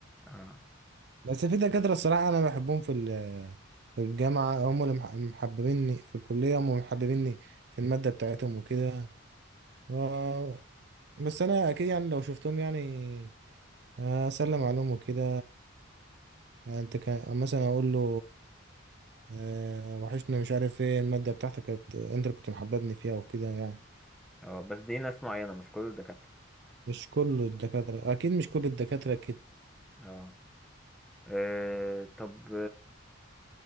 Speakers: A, in the centre; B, on the right (about 50°).
A: اه
B: بس في دكاترة الصراحة انا بحبهم في ال- في الجامعة هم اللي مح- محببيني في الكلية هم اللي محببيني في المادة بتاعتهم وكده آه، بس انا اكيد يعني لو شفتهم يعني آه، اسلم عليهم وكده انت كان مثلا اقول له آه، وحشني مش عارف ايه المادة بتاعتك كانت انت اللي كنت محببني فيها وكده يعني
A: اه بس دي ناس معينة مش كل الدكاترة
B: مش كل الدكاترة اكيد مش كل الدكاترة كده
A: اه آه، طب